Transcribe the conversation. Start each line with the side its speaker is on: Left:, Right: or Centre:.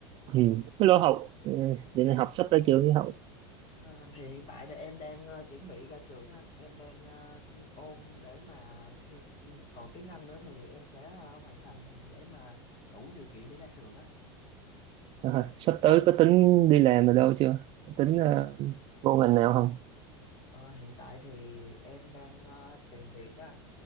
Right: Ừ. Hello Hậu, ừ. vậy này học sắp tới trường với Hậu.
Left: Ờ, Anh thì hiện tại là em đang ờ, chuẩn bị ra trường á anh em đang ờ, ôn để mà thi ừ, còn tiếng Anh nữa thì em sẽ ờ, hoàn thành để mà đủ điều kiện để ra trường á
Right: À, sắp tới có tính đi làm ở đâu chưa? Tính ờ, vô ngành nào không?
Left: Ờ, hiện tại thì em đang ờ, tìm việc á anh